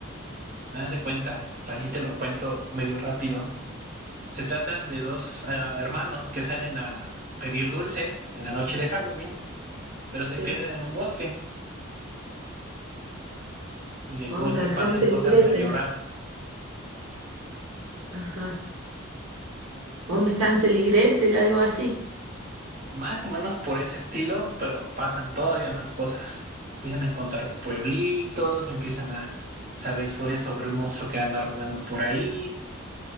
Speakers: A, on the right (about 45°); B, on the right (about 70°).
A: Nada más de cuenta, así te lo cuento medio rápido. Se tratan de dos eh, hermanos que salen a pedir dulces en la noche de Halloween, pero se
B: Sí.
A: pierden en un bosque y en el
B: Onda
A: bosque pasan
B: Hansel
A: cosas
B: y Gretel.
A: medio raras.
B: Ajá. Onda Hansel y Gretel, algo así.
A: Más o menos por ese estilo, pero pasan todavía más cosas. Empiezan a encontrar pueblitos, empiezan a saber historias sobre un monstruo que anda rondando por ahí.